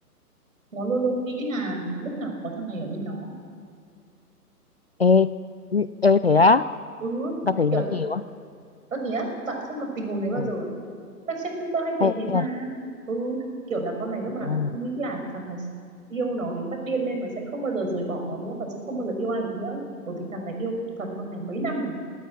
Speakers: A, on the right; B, on the left.
A: nó luôn luôn nghĩ là lúc nào cũng có thằng này ở bên nó
B: ê ừ, ê thế á
A: ừ
B: ta thấy
A: kiểu
B: nó kỳ quá
A: ơ thế á bạn không gặp tình huống đấy bao
B: ừ.
A: giờ à? Các sếp tao hay thấy
B: hay
A: thế mà.
B: nha
A: Ừ, kiểu là con này lúc
B: thế
A: nào nó
B: à.
A: cũng nghĩ là thằng này yêu nó đến phát điên lên và sẽ không bao giờ rời bỏ nó nữa và sẽ không bao giờ yêu ai được nữa ấy. Bởi vì thằng này yêu thầm con này mấy năm rồi,